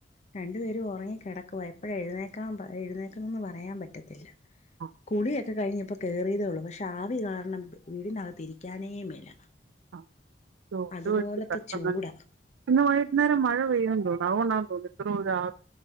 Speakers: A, on the left (about 35°); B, on the right (about 90°).
A: രണ്ടു പേരും ഉറങ്ങി കിടക്കവാ എപ്പോഴ എഴുന്നേക്കാൻ എഴുന്നേക്കുന്നൊന്നും പറയാൻ പറ്റത്തില്ല
B: ആ
A: കുള്ളിയൊക്കെ കഴിഞ്ഞപ്പോ കേയറിയതേ ഉള്ളൂ പക്ഷെ ആവി കാരണം വീടിനകത്ത്രിക്കാനേമില്ല
B: ആ, ഓ
A: അതുപോലത്തെ
B: അത് വലിയ കഷ്ടം
A: ചൂട
B: തന്നെ ഇന്ന് വൈകുന്നേരം മഴ പെയ്യും തോന്ന് ന്ന് അതുകൊണ്ടതോന്നും ഇത്ര ദൂര ആം